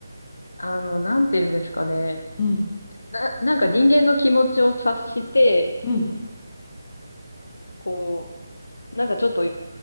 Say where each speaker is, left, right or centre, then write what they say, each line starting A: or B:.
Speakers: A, on the left (about 80°); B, on the left (about 20°).
A: あの、なんて言うんですかね。
B: ん、
A: な、なんか人間の気持ちを察して、
B: うん、
A: こう、なんかちょっと